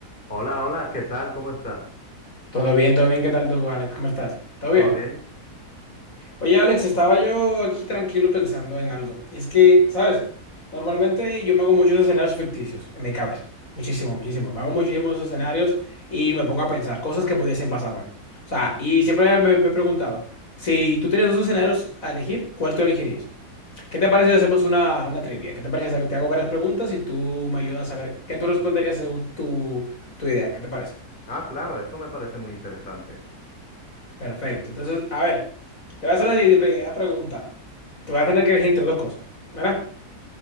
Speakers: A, on the left; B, on the left.
A: Hola, hola, ¿qué tal? ¿Cómo estás?
B: Todo bien, todo bien, ¿qué tal tú, Alex? ¿Cómo estás? ¿Todo
A: ¿Todo
B: bien?
A: bien?
B: Oye, Alex, estaba yo aquí tranquilo pensando en algo. Y es que, ¿sabes? Normalmente yo me hago muchos escenarios ficticios en mi cabeza. Muchísimo, muchísimo. Me hago muchísimos escenarios y me pongo a pensar cosas que pudiesen pasarme. O sea, y siempre me, me he preguntado, si tú tienes dos escenarios a elegir, ¿cuál tú elegirías? ¿Qué te parece si hacemos una, una trivia? ¿Qué te parece si te hago varias preguntas y tú me ayudas a ver qué tú responderías según tu, tu idea? ¿Qué te parece?
A: Ah, claro, eso me parece muy interesante.
B: Perfecto. Entonces, a ver, te voy a hacer la siguiente primera pregunta. Te voy a tener que elegir entre dos cosas, ¿verdad?